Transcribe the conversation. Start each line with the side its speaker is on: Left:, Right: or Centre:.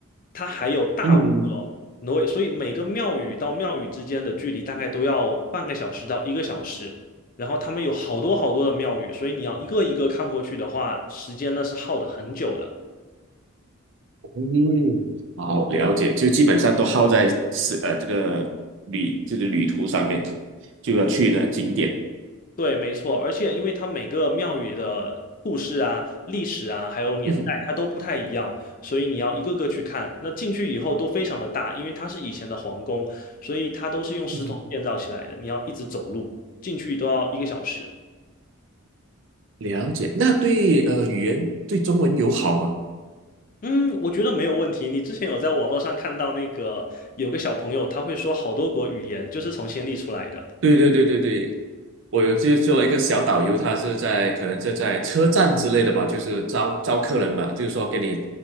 Left: 它还有大吴哥。
Right: 嗯
Left: 然后所以每个庙宇到庙宇之间的距离大概都要半个小时到一个小时。然后他们有好多好多的庙宇，所以你要一个一个看过去的话，时间呢是耗的很久的。
Right: 嗯，好，了解，就基本上都耗在是呃这个旅就是旅途上面，就要去的景点。
Left: 对，没错，而且因为它每个庙宇的故事啊、历史啊，还有年代，
Right: 嗯
Left: 它都不太一样，所以你要一个个去看。那进去以后都非常的大，因为它是以前的皇宫，所以它都是用石头建造起来的。
Right: 嗯，
Left: 你要一直走路进去都要一个小时。
Right: 了解。那对呃语言对中文友好吗？
Left: 嗯，我觉得没有问题。你之前有在网络上看到那个有个小朋友，他会说好多国语言，就是从暹粒出来的。
Right: 对对对对对，我有就做一个小导游，他是在可能是在车站之类的吧，就是招招客人嘛，就是说给你